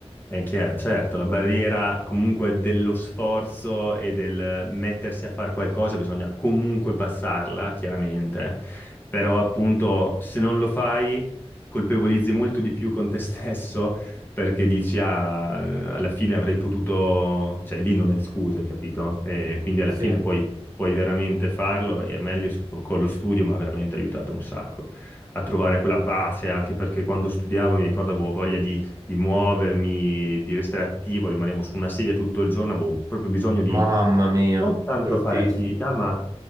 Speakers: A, on the left; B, on the right.
A: È chiaro, certo, la barriera comunque dello sforzo e del mettersi a fare qualcosa bisogna comunque passarla, chiaramente, però appunto se non lo fai colpevolizzi molto di più con te <laughs> stesso perché dici ah, alla fine avrei potuto, cioè lì non hai scuse, capito? E quindi alla
B: Sì,
A: fine poi puoi veramente farlo e a me lì su- con lo studio mi ha veramente aiutato un sacco a trovare quella pace, anche perché quando studiavo mi ricordavo voglia di muovermi, di restare attivo, rimanevo su una sedia tutto il giorno, avevo proprio bisogno di
B: mamma mia,
A: non tanto
B: bruttissimo.
A: fare attività, ma,